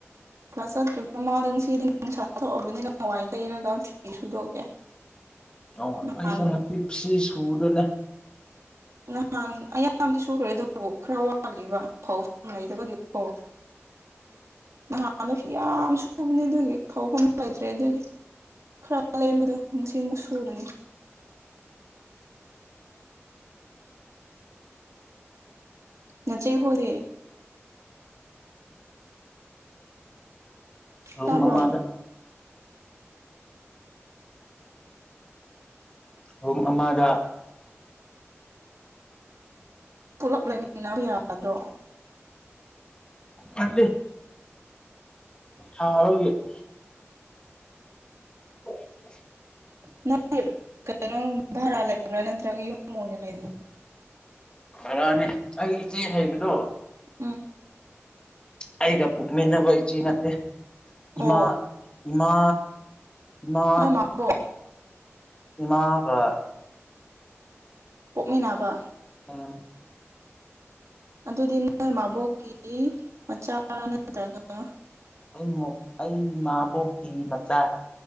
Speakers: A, on the right (about 85°); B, on the left (about 20°).
A: ꯀ꯭ꯂꯥꯁ ꯆꯠꯇ꯭ꯔꯤ ꯃꯃꯥꯡꯗ ꯉꯁꯤꯗꯤ ꯅꯨꯡꯁꯥ ꯊꯣꯛꯑꯕꯅꯤꯅ ꯍꯋꯥꯏ ꯇꯩꯔꯒ ꯐꯤ ꯁꯨꯗꯣꯛꯀꯦ꯫
B: ꯑ
A: ꯅꯍꯥꯟ
B: ꯑꯩꯁꯨ ꯉꯁꯤ ꯐꯤ ꯁꯨꯗꯅꯦ꯫
A: ꯅꯍꯥꯟ ꯑꯌꯥꯝꯕꯗꯤ ꯁꯨꯈ꯭ꯔꯦ ꯑꯗꯨꯕꯨ ꯈꯔ ꯋꯥꯠꯂꯤꯕ ꯐꯥꯎ ꯐꯝ ꯂꯩꯇꯕꯒꯤꯀꫭ꯫ ꯅꯍꯥꯟꯗꯁꯨ ꯌꯥꯝ ꯁꯨꯕꯅꯦ ꯑꯗꯨꯒꯤ ꯐꯧꯐꯝ ꯂꯩꯇ꯭ꯔꯦ ꯑꯗꯨꯒꯤ꯫ ꯈꯔ ꯂꯦꯝꯕꯗꯣ ꯉꯁꯤ ꯑꯃꯨꯛ ꯁꯨꯒꯅꯤ꯫ ꯅꯆꯦ ꯈꯣꯢꯗꯤ꯫
B: ꯔꯨꯝ
A: ꯇꯥꯕ꯭ꯔꯣ
B: ꯑꯃꯥꯗ꯫ ꯔꯨꯝ ꯑꯃꯥꯗ
A: ꯄꯨꯜꯂꯞ ꯂꯩꯃꯤꯟꯅꯕ ꯌꯥꯗ꯭ꯔꯣ꯫
B: <inaudible> ꯁꯥꯕꯒꯤ꯫ <unintelligible> <unintelligible>
A: <inaudible>
B: ꯚꯥꯔꯥꯅꯦ ꯑꯩ ꯏꯆꯦ ꯂꯩꯕꯗꯣ
A: ꯎꯝ
B: ꯑꯩꯒ ꯄꫭꯛꯃꯤꯟꯅꯕ ꯏꯆꯦ ꯅꯠꯇꯦ
A: ꯑꯣ
B: ꯏꯃꯥ ꯏꯃꯥ ꯏꯃꯥ
A: ꯅꯣꯏ ꯃꯥꯕꯣꯛ
B: ꯏꯃꯥꯒ
A: ꯄꯣꯛꯃꯤꯟꯅꫭꯕ꯫
B: <unintelligible>
A: ꯑꯗꯨꯗꯤ ꯅꯣꯏ ꯃꯥꯕꯣꯛꯀꯤ ꯃꯆꯥꯔ ꯅꯠꯇ꯭ꯔꯒ
B: ꯎꯝ ꯑꯩ ꯑꯩ ꯏꯃꯥꯕꯣꯛꯀꯤ ꯃꯆꯥ꯫